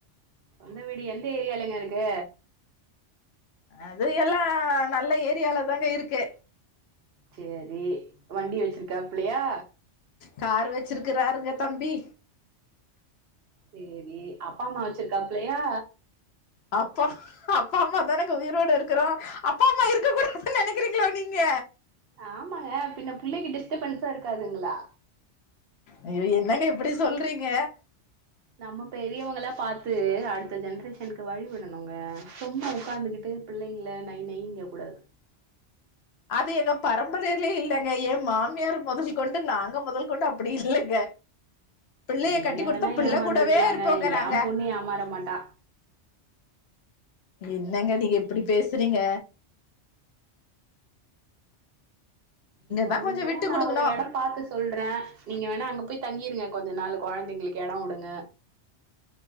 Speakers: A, on the right; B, on the left.
A: சொந்த வீடு எந்த ஏரியாலங்க இருக்கு?
B: அது எல்லா நல்ல ஏரியால தாங்க இருக்கு
A: சேரி வண்டி வச்சுருக்காப்புலயா?
B: காரு வச்சுருக்குறாருங்க தம்பி
A: சேரி அப்பா அம்மா வச்சுருக்காப்லயா
B: அப்பா அப்பா அம்மா தானெங்க உயிரோட இருக்கிறோ அப்பா அம்மா இருக்க கூடாதுன் நெனைக்கிறீங்ளா நீங்க?
A: ஆமாங்க பின்ன பிள்ளக்கி டிஸ்டர்பன்ஸா இருக்காதுங்களா
B: ஐய்யோ என்னங்க இப்பிடி சொல்றீங்க
A: நம்ம பெரியவுங்களா பாத்து அடுத்த ஜென்ரேஷன்க்கு வழி விடனுங்க சும்மா உக்காந்துகிட்டு பிள்ளைங்கள நை நைங்க கூடாது
B: அது எங்க பரம்பரைலயே இல்லங்க எ மாமியார் மொதல் கொண்டு நாங்க மொதல் கொண்டு அப்புடி இல்லங்க பிள்ளைய
A: நீங்க
B: கட்டி குடுத்தா
A: வேணா
B: பிள்ள
A: ஏமாந்துருக்லாங்க
B: கூடவே இருப்போங்க நாங்க
A: ஏ பொண்ணு ஏமாற மாட்டா
B: என்னங்க நீங்க இப்புடி பேசுறீங்க
A: நீங்க
B: தா
A: உங்கள்கு
B: கொஞ்சோ
A: வேணா
B: விட்டு
A: நா
B: குடுக்கணு
A: ஒரு எடம் பாத்து சொல்றே நீங்க வேணா அங்க போய் தங்கிருங்க கொஞ்ச நாள் கொழந்தைங்ளுக்கு எடொ வுடுங்க